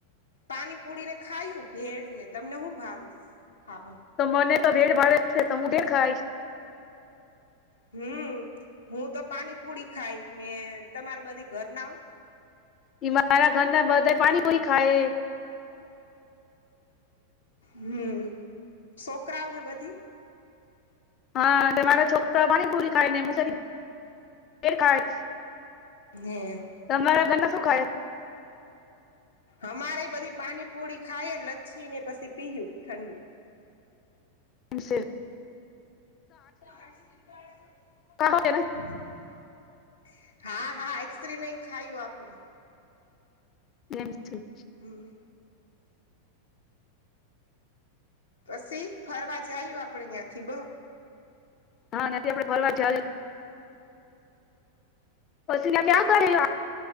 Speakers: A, on the left (about 70°); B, on the left (about 30°).
A: પાણી પુડીને ખાયું, ભેળ ને તમને હું ભાવીશ? ખા
B: તો મને તો ભેટ ભડે છે તો હું તે ખાઈશ.
A: હમ હું તો પાણીપુડી ખાય ને તમારા બધી. ઘર ના
B: બ મારા ઘર ના બધા પાણી કોઈ ખાય.
A: હમ છોકરાઓ ને બધી
B: હા મારા છોકરા પાણી પુરી ખાય ને હું ત ખાય.
A: હમ.
B: તમારા ઘને શુંખાય?
A: અમારે બધી પાણીપુરી ખાય લચ્છી ને પછી પીયુ ઠંડુ.
B: એમસિર.
A: <unintelligible>
B: ખાઓ કે
A: હા હા એક્સ ર મે ખાયું આપડે.
B: એમ છે.
A: હમ. પછી ફરવા જાયું આપડે ત્યાં થી બ.
B: હા તંથી આપડ ફરવાર જ. પસીલા ક્યાં કરે.